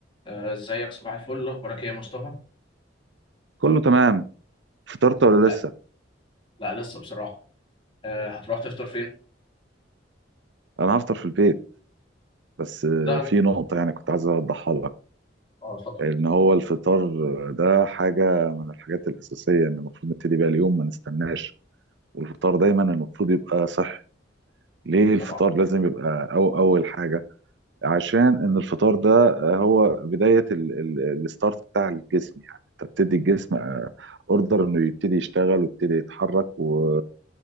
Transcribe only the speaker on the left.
آه، ازيك صباح الفل اخبارك ايه يا مصطفى
آه،
لا لسه بصراحه آه، هتروح تفطر فين
لا أنت-
اه اتفضل
طبعا